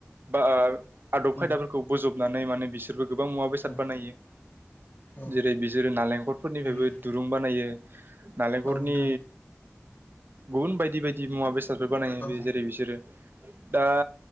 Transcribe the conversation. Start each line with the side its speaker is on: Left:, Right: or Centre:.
Right: बा आदब
Left: उम
Right: खायदाफोरखौ बोजबनानै माने बिसोरबो गोबां मुवा- बेसाद
Left: औ
Right: बानायो
Left: औ
Right: जेरै बिसोरो नालेंखरफोरनिफ्रायबो
Left: उम
Right: दुरुं बानायो नालेंखरनि
Left: औ नोंथां
Right: गुबुन बायदि बायदि मुवा -बेसाद फोर बानायो
Left: औ
Right: बे जेरै बिसोरो दा